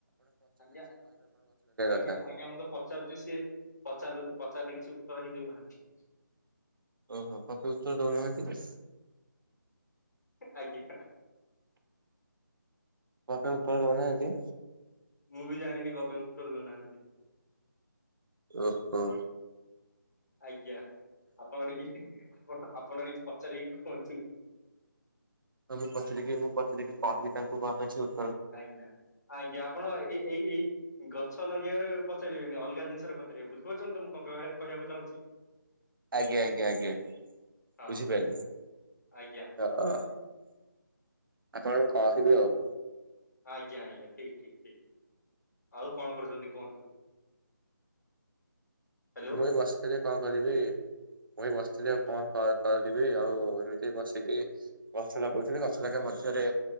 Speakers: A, on the left; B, on the right.
A: ଆଜ୍ଞା ଆଜ୍ଞା
B: କଥା।
A: ଆଜ୍ଞା ମୁଁ ତ ପଚାରୁଛି ସେ ପଚାରଲୁ ପଚାରିଲେ କି। ଛି ଉତ୍ତର ହିଁ ଦେଉନାହାନ୍ତି।
B: ଓହୋ ପପି ଉତ୍ତର ଦଉନାହାନ୍ତି ୟେସ।
A: ଆଜ୍ଞା।
B: କଣ ପାଇଁ ଉତ୍ତର ଦଉନାହାଁନ୍ତି।
A: ମୁଁ ବି ଜାଣିନି କଣ ପାଇଁ ଉତ୍ତର ଦଉନାହାନ୍ତି।
B: ଓ ହୋ।
A: ଆଜ୍ଞା ଆପଣ ଟିକେ ଆପଣ ଆପଣ ଟିକେ ପଚାରିକି କୁହନ୍ତୁ।
B: ହଉ ମୁଁ ପଚାରିକି ମୁଁ ପଚାରିକି କହିବି ତାଙ୍କୁ କଣ ପାଇଁ ସେ ଉ
A: ଆଜ୍ଞା ଆଜ୍ଞା ଆପଣ ଏଇ ଏଇ ଏଇ ଗଛ ଲଗେଇବାରେ। ପଚାରିବେନି ଅଲଗା ଜିନିଷରେ ପଚାରିବେ ବୁଝିପାରୁଛନ୍ତି ତ ମୁଁ କ କହିବା କହିବାକୁ ଚାହୁଁଛି।
B: ଆଜ୍ଞା ଆଜ୍ଞା ଆଜ୍ଞା
A: ହଁ
B: ବୁଝିପାରିଲି।
A: ଆଜ୍ଞା
B: ହଁ ଆପଣଙ୍କୁ କହିବି ଆଉ।
A: ଆଜ୍ଞା ଆଜ୍ଞା ଠିକ ଠିକ ଠିକ ଆଉ କଣ କରୁଛନ୍ତି କୁହନ୍ତୁ। ହ୍ୟାଲୋ।
B: ମୁଁ ଏଇ ବସିଥିଲି କଣ କରିବି ମୁଁ ଏଇ ବସିଥିଲି ଆଉ
A: ଆଜ୍ଞା
B: କଣ କ କରିିବି ଆଉ ଏମିତି ବସିକି ଗଛ ଲଗଉଥିଲି ଗଛ ଲଗେଇବା ମଧ୍ୟରେ।